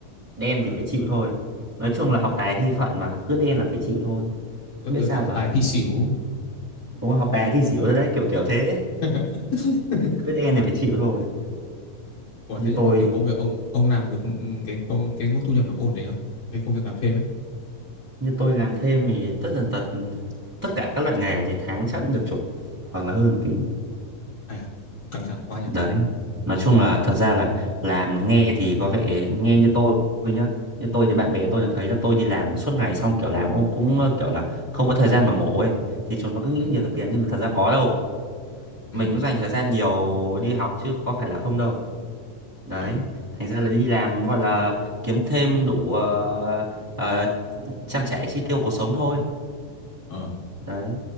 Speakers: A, on the right; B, on the left.
A: đen
B: <laughs>
A: thì phải chịu thôi. Nói chung
B: ờ,
A: là học tài thi phận mà, cứ đen là phải chịu thôi.
B: tôi
A: Biết
B: tưởng
A: sao
B: là học
A: giờ.
B: tài thi xỉu.
A: Đúng không? Học tài thi xỉu rồi đấy, kiểu kiểu thế.
B: <laughs>
A: Cứ đen thì phải chịu thôi
B: Ủa
A: như
B: thế
A: tôi
B: nhưng mà kiểu công việc ông ông làm được ừ, cái công cái mức thu nhập nó có ổn định không? Cái công việc làm thêm ấy.
A: như tôi làm thêm thì tất tần tật tất cả các loại nghề thì tháng chắc cũng được chục hoặc là hơn tí
B: Ai à, cũng căng thẳng quá nhỉ.
A: đấy nói chung là thật ra là làm nghe thì có vẻ nghe như tôi nhá như tôi thì bạn bè tôi là thấy là tôi đi làm suốt ngày xong kiểu làm cũng, cũng ờ, kiểu là không có thời gian mà ngủ ấy thì chúng nó cứ nghĩ
B: Ừ
A: nhiều tiền nhưng mà thật ra có đâu mình
B: ừ
A: cũng dành thời gian nhiều đi học chứ có phải là không đâu đấy
B: ờ
A: thành ra là đi làm gọi là kiếm thêm đủ ờ, ờ, trang trải chi tiêu cuộc sống thôi
B: ờ.
A: đấy